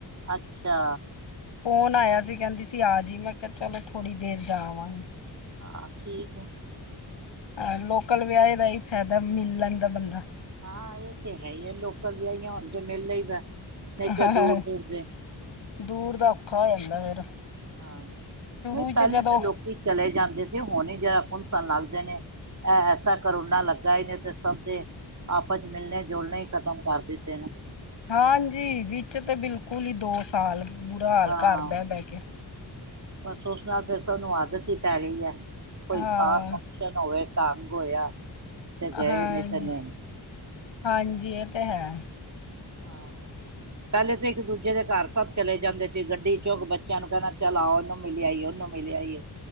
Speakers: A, on the right (about 40°); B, on the left (about 80°).
A: ਅੱਛਾ
B: ਫੋਨ ਆਇਆ ਸੀ, ਕਹਿੰਦੀ ਸੀ ਆ ਜਈ, ਮੈਂ ਕਿਹਾ ਚਲੋ ਥੋੜ੍ਹੀ ਦੇਰ ਜਾਵਾਂਗੀ
A: ਹਾਂ, ਠੀਕ ਹੈ
B: ਹਾਂ ਲੋਕਲ ਵਿਆਹੇ ਦਾ ਹੀ ਫਾਇਦਾ, ਮਿਲ ਲੈਂਦਾ ਬੰਦਾ
A: ਹਾਂ, ਇਹ ਤੇ ਹੈ ਹੀ ਆ, ਲੋਕਲ ਵਿਆਹੀਆਂ ਹੋਣ ਜੇ ਮਿਲ ਲਈ ਦਾ। ਨਹੀਂ ਤਾਂ
B: ਹੈ,
A: ਦੂਰ ਦੂਰ ਦੇ
B: ਦੂਰ ਦਾ ਔਖਾ ਹੋ ਜਾਂਦਾ ਫੇਰ।
A: ਹਾਂ,
B: ਸ਼ੁਰੂ
A: ਨਹੀਂ ਪਹਿਲੇ
B: ਚ ਜਦੋਂ
A: ਤਾਂ ਲੋਕੀ ਚਲੇ ਜਾਂਦੇ ਸੀ, ਹੁਣ ਹੀ ਜ ਕੁੁੰਨਸਨ ਲੱਗਦੇ ਨੇ। ਇਹ ਐਸਾ ਕਰੋਨਾ ਲੱਗਾ ਹੀ ਨੇ ਤੇ, ਸਭ ਦੇ ਆਪਸ ਚ ਮਿਲਣੇ ਜੁਲਣਾ ਹੀ ਖਤਮ ਕਰ ਦਿੱਤੇ ਨੇ।
B: ਹਾਂਜੀ, ਵਿੱਚ ਤੇ ਬਿਲਕੁਲ ਹੀ ਦੋ ਸਾਲ, ਬੁਰਾ ਹਾਲ
A: ਹਾਂ
B: ਘਰ ਬਹਿ-ਬਹਿ ਕੇ।
A: ਬਸ, ਉਸ ਨਾਲ ਫਿਰ ਸਾਨੂੰ ਆਦਤ ਹੀ ਪੈ ਗਈ ਹੈ, ਕੋਈ
B: ਹਾਂ
A: ਖਾਸ ਫੰਕਸ਼ਨ ਹੋਵੇ, ਢੰਗ ਹੋਇਆ। ਤੇ ਗਏ
B: ਹਾਂਜੀ
A: ਨਹੀਂ ਤੇ ਨਹੀਂ
B: ਹਾਂਜੀ, ਇਹ ਤੇ ਹੈ।
A: ਹਾਂ ਪਹਿਲੇ ਤੇ ਇੱਕ-ਦੂਜੇ ਦੇ ਘਰ ਸਭ ਚਲੇ ਜਾਂਦੇ ਸੀ, ਗੱਡੀ ਚੁੱਕ, ਬੱਚਿਆਂ ਨੂੰ ਕਹਿਣਾ ਚੱਲ ਆਓ, ਉਹਨੂੰ ਮਿਲ ਆਈਏ, ਉਹਨੂੰ ਮਿਲ ਆ ਈ ਐ,